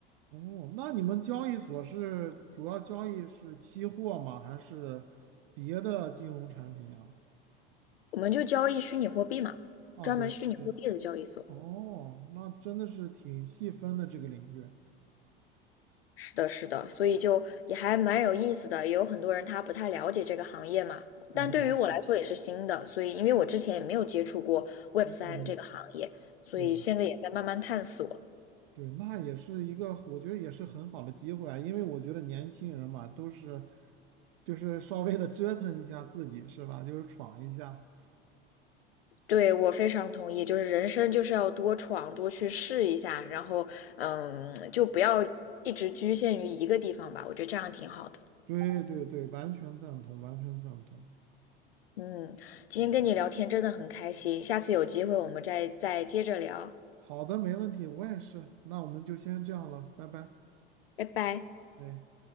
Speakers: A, on the right; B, on the left.
A: 哦，那你们交易所是主要交易是期货吗？还是别的金融产品呀？
B: 我们就交易虚拟货币嘛，
A: 啊，
B: 专门虚拟货币的交易所。
A: 对，这哦，那真的是挺细分的这个领域。
B: 是的，是的，所以就也还蛮有意思的，也有很多人他不太了解这个行业嘛，
A: 对，
B: 但对于我来说也是新的，所以因为我之前也没有接触过 Web
A: 嗯，
B: 三这个行业，所以现在也在慢慢探索。
A: 对对，那也是一个，我觉得也是很好的机会啊，因为我觉得年轻人嘛，都是就是稍微的折腾一下自己，是吧？就是闯一下。
B: 对，我非常同意，就是人生就是要多闯，多去试一下，然后嗯，就不要一直局限于一个地方吧，我觉得这样挺好的。
A: 对对对，完全赞同，完全赞同。
B: 嗯，今天跟你聊天真的很开心，下次有机会我们再再接着聊，
A: 好的，没问题，我也是。那我们就先这样了，拜拜。
B: 拜拜。
A: 对，